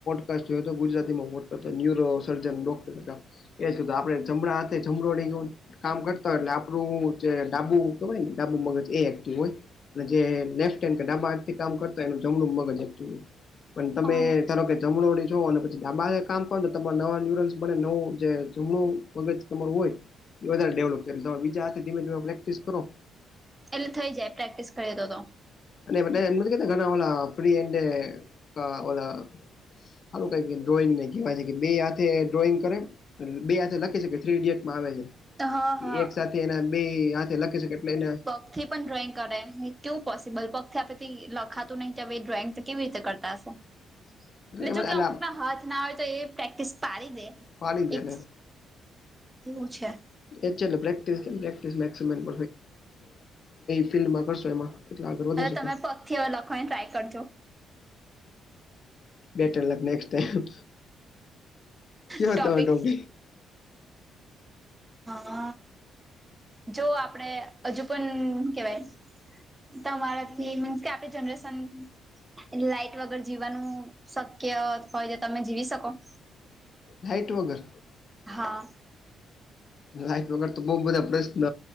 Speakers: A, on the left; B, on the right.
A: યો ગુજરાતીમાં કર ન્યુરો સર્જન ડોક્ટર હતા એ જ કીધું આપડે જમણાડા હથે જમો નઈ ગય કામ કરતા હોય એટલે આપણું જે ડાબુ કેહેવાય ને ડાબુ મગજ એ એક્ટિવ હોય અને જે લેફ્ટ હેન્ડ કે ડાબા હાથ થી કામ કરતા એનું જમણું મગજ એક્ટ પણ તમે
B: હ
A: ધારો કે જમણોડી છો અને પછી ડાબા કામ કર તો તમા નવા ન્યુરન્સ બને નવું જે જમણું મગજ તમારું હોય એ વધારે ડેવલપ કરમે બીાથે ધીમે ધીમે પ્રેક્ટસ કરો
B: એટલે થઈ જાય પ્રેક્ટિસ કરીએ તો તો
A: અ એ કેતાળ ફ એડ સારું ક ડ્રોઈંગ ન કહેવાય છે કે બે હાથે ડ્રોઈંગ કરે બે આજે લખી શ કે થ્રી ઇડિયટમાં આવે છે
B: હા હા
A: એક સાથે એના બે હાથે લખી શકે એટલે એને
B: પથી પણ ડ્રોઈંગ કરે કેવું પોસિબલ પગથી આપેથી લખાતું નહીિ કે હવે એ ડ્રોઈંગ તો કેવી રીતે કરતા હશે એટલે
A: એમ
B: જો
A: જ
B: કે અમુક ના હાથ ના હોય તો એ પ્રેક્ટિસ પાડી દે
A: પાડી દે
B: એક
A: એટલે
B: ઓ અ્છા
A: એ જ તમે ફિલ્ડમાં કરશો એમાં એટલે આગળ વધી
B: હ
A: શકો
B: તમે પગ થી હવે લખવાની ટ્રાય કરજો
A: બેટર લખ નેક્ ટાઈમ કે
B: ટોપિક
A: ત ટડી
B: હ જો આપડે હજુ પણ કેવાય તમારાથી મીન્સ કે આપણી જનરેશન લાાઈટ વગર જીવવાનું શક્ય હોય તો તમે જીવી શકો
A: લાઇટ વગર
B: હા
A: લાઈટ વગર તો બઉુ બધા પ્રશ્ન